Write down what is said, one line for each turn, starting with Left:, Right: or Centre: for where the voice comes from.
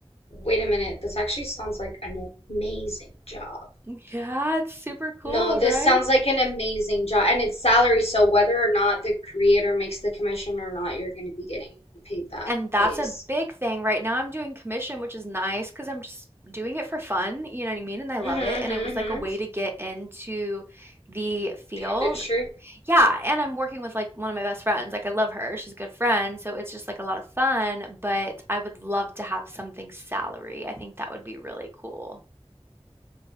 Left: Wait a minute, this actually sounds like an amazing job.
Right: Yeah, it's super cool,
Left: No, this
Right: right?
Left: sounds like an amazing job, and it's salary, so whether or not the creator makes the commission or not, you're going to be getting paid that
Right: And that's
Left: base.
Right: a big thing. Right now I'm doing commission, which is nice because 'cause I'm just doing it for fun, you know what I mean? And I love
Left: Mm-hmm, mm-hmm.
Right: it. And it was like
Left: mm-hmm.
Right: a way to get into the field.
Left: Industry.
Right: Yeah, and I'm working with like one of my best friends. Like I love her. She's a good friend, so it's just like a lot of fun, but I would love to have something salary. I think that would be really cool.